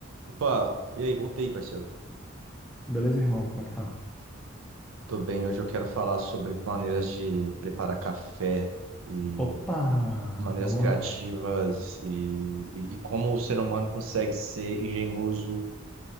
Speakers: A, on the right; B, in the centre.
A: Opa, e aí, voltei, parceiro.
B: Beleza, irmão? Como é que tá?
A: Tô bem, hoje eu quero falar sobre maneiras de preparar café e
B: Opa!
A: maneiras
B: Vamos
A: criativas
B: lá.
A: e, e- e como o ser humano consegue ser engenhoso